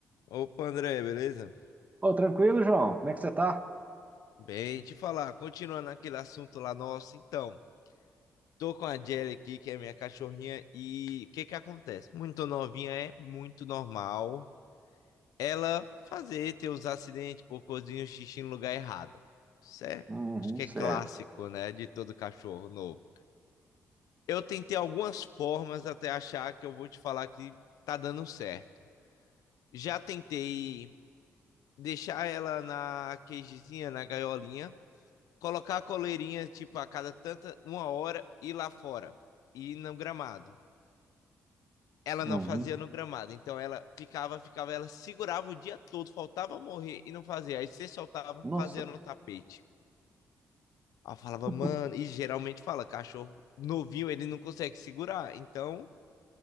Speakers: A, on the left; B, on the right.
A: Opa, André, beleza?
B: Ô, tranquilo, João? Como é que você tá?
A: Bem, te falar, continuando aquele assunto lá nosso, então, tô com a Jelly aqui, que é minha cachorrinha, e o que que acontece? Muito novinha é muito normal ela fazer, ter os acidentes, cocôzinho, xixi no lugar errado. Isso é,
B: Uhum,
A: acho que é
B: certo.
A: clássico, né, de todo cachorro novo. Eu tentei algumas formas até achar que eu vou te falar que tá dando certo. Já tentei deixar ela na cagezinha, na gaiolinha, colocar a coleirinha, tipo, a cada tanta, uma hora, ir lá fora, ir no gramado. Ela
B: Uhum.
A: não fazia no gramado, então ela ficava, ficava, ela segurava o dia todo, faltava morrer e não fazia. Aí você soltava,
B: Nossa,
A: fazia no tapete. Ela falava,
B: <laughs>
A: mano, e geralmente fala, cachorro novinho, ele não consegue segurar, então